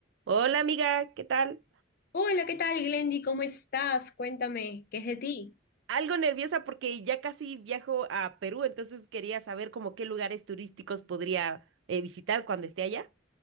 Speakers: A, on the right; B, on the left.
A: Hola amiga, ¿qué tal?
B: Hola, ¿qué tal, Glendy? ¿Cómo estás? Cuéntame, ¿qué es de ti?
A: Algo nerviosa porque ya casi viajo a Perú, entonces quería saber como qué lugares turísticos podría eh, visitar cuando esté allá.